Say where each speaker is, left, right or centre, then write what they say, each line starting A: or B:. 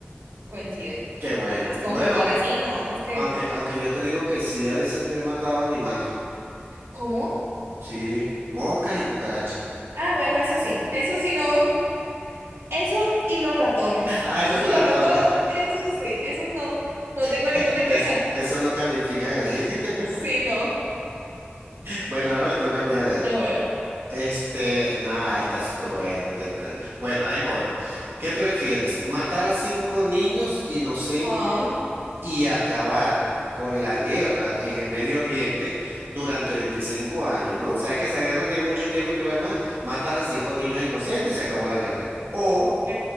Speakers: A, on the right; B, on the right.
A: coinciden
B: Qué bueno.
A: con las computadoras.
B: Bueno,
A: Sí, no, es que,
B: aunque, aunque yo te digo que sí, a veces yo he matado animales.
A: ¿cómo?
B: Sí, moscas y cucarachas.
A: Ah, bueno, eso sí, eso sí no, eso y los ratones,
B: <laughs> Ay,
A: eso
B: los
A: sí,
B: ratones.
A: los ratones, eso sí, esos no, no tengo
B: <laughs>
A: ninguna queja.
B: Es- eso no califican ahí. <laughs>
A: Sí, no,
B: Bueno, ahora me toca a mí a ver.
A: a ver,
B: Este, nada, estás cruel, estás cruel. Bueno, ahí voy. ¿Qué prefieres? ¿Matar a cinco niños inocentes
A: ay,
B: y acabar con la guerra en el Medio Oriente durante veinticinco años, ¿no? Sabes que esa guerra tiene mucho tiempo y todo lo demás. Matas a cinco niños inocentes y se acabó la guerra. O
A: ok.